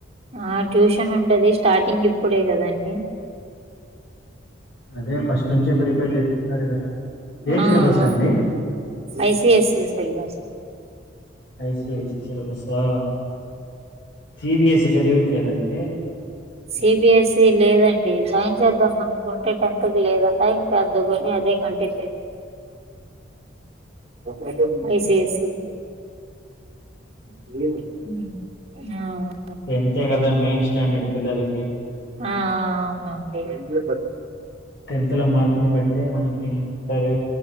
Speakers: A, on the right; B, on the left.
A: ఆ ట్యూషన్ ఉంటది, స్టార్టింగ్ ఇప్పుడే కదండి.
B: అదే ఫస్ట్ నుంచే ప్రిపేర్ చేపిస్తారు కదా ఏ
A: ఆ
B: సిలబస్
A: ఆ
B: అండి
A: I C I C I స్ syllabus
B: I C I C సిలబస్సా, సి బి ఎస్ ఈ చదివిట్లేదండి.
A: సి బి ఎస్ ఈ లేదండి, జాయిన్ చేద్దాం అనుకుంటే టెన్త్ కి లేద్ ఆట ఇంకా ఎందుకని అదే అంటే <unintelligible> ఐ సి ఐ సి <unintelligible> ఆ
B: టెన్తే గదా మెయిన్ స్టాండర్డ్ పిల్లలకి.
A: ఆ ఆ ఆ అండి
B: టెన్త్ లో మార్కును బట్టి మనకి ఇంటారు